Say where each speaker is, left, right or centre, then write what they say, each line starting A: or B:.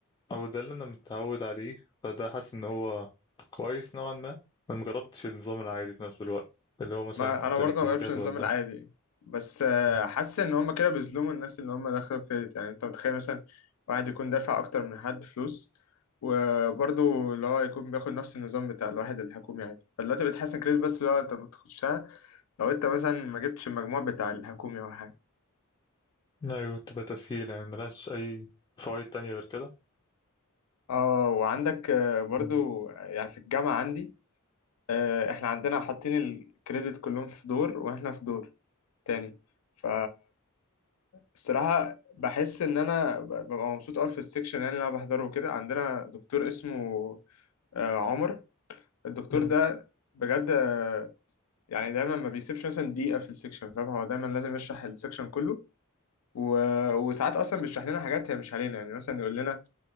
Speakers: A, on the left; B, on the left.
A: او ده اللي انا متعود عليه فده حاسس ان هو كويس نوعا ما انا مجربتش النظام العادي في نفس الوقت اللي هو مثلا
B: ما
A: انت
B: انا برضه
A: ليك
B: ما
A: الجدول
B: جربتش النظام
A: ده
B: العادي بس آه،
A: مم.
B: حاسس ان هم كده بيظلموا الناس اللي هم داخله كريدت يعني انت متخيل مثلا واحد يكون دافع اكتر من حد فلوس وبرضه اللي هو يكون بياخد نفس النظام بتاع الواحد الحكومي عادي فدلوقتي بتحسن كريدت بس اللي هو انت بتخشها لو انت مثلا ما جبتش المجموع بتاع الحكومي او حاجه
A: ايوه تبقى تسهيل يعني ملهاش اي فوائد تانية غير كده
B: اه وعندك آه، برضو
A: مم.
B: يعني في الجامعة عندي آه، احنا عندنا حاطين الكريدت كلهم في دور واحنا في دور تاني ف الصراحة بحس إن أنا ب- ببقى مبسوط أوي في السكشن يعني اللي أنا بحضره وكده عندنا دكتور اسمه آه، عمر الدكتور
A: امم
B: ده بجد آه، يعني دايما ما بيسيبش مثلا دقيقة في السكشن فاهم هو دايما لازم يشرح السكشن كله و... وساعات أصلا بيشرح لنا حاجات هي مش علينا يعني مثلا يقول لنا